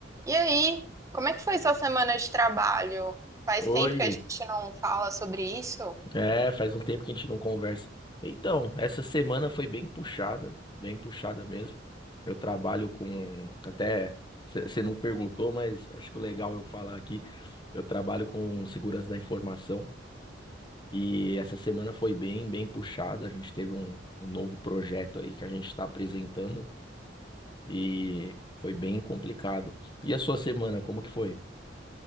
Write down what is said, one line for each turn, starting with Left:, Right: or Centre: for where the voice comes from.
Right: E aí, como é que foi sua semana de trabalho? Faz
Left: Oi,
Right: tempo que a gente não fala sobre isso.
Left: é, faz um tempo que a gente não conversa. Então, essa semana foi bem puxada, bem puxada mesmo. Eu trabalho com, até, você não perguntou, mas acho que o legal eu falar aqui, eu trabalho com segurança da informação e essa semana foi bem, bem puxada. A gente teve um, um novo projeto aí que a gente está apresentando e foi bem complicado. E a sua semana, como que foi?